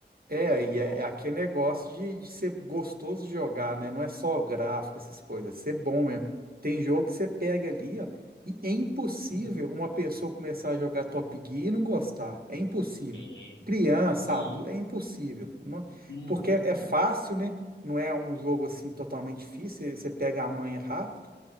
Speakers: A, on the right (about 55°); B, on the left (about 85°).
A: É,
B: quando jogo.
A: e é, aqui é negócio de, de ser gostoso de jogar, né? Não é só gráfico, essas coisas, é ser bom mesmo. Tem jogo que você pega ali, ó, e é impossível
B: Hum,
A: uma pessoa começar a jogar Top Gear e não gostar. É impossível.
B: É.
A: Criança,
B: E,
A: adulto, é impossível. Não-
B: uhum,
A: porque é é fácil, né? Não é um jogo assim totalmente difícil, você pega a manha rápido